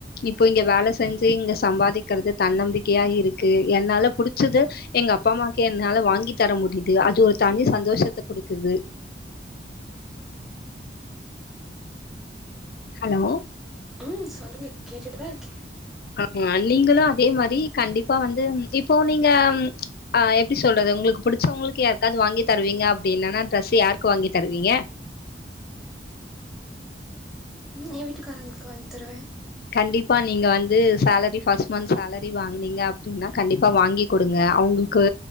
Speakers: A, on the left; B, in the centre.
A: இப்போ இங்க வேல செஞ்சு இங்க சம்பாதிக்கிறது தன்னம்பிக்கையா இருக்கு என்னால புடிச்சது எங்க அப்பா அம்மாவுக்கு என்னால வாங்கி தர முடியுது அது ஒரு தனி சந்தோஷத்த குடுக்குது ஹலோ
B: ம் சொல்லுங்க கேட்டுட்டு தா இருக்கே
A: ஆமா நீங்களு அதே மாரி கண்டிப்பா வந்து இப்போ நீங்க ஆ எப்டி சொல்றது உங்களுக்கு புடிச்சவங்களுக்கு யாருக்கது வாங்கி தருவீங்க அப்டின்னனா டிரஸ்ஸு யாருக்கு வாங்கி தருவீங்க
B: எஏ வீட்டுக்காரங்களுக்கு வாங்கி தருவே
A: கண்டிப்பா நீங்க வந்து சேலரி ஃபர்ஸ்ட் மந்த்சேலரி வாங்கனீங்க அப்படின்னா கண்டிப்பா வாங்கி கொடுங்க அவுங்களுக்கு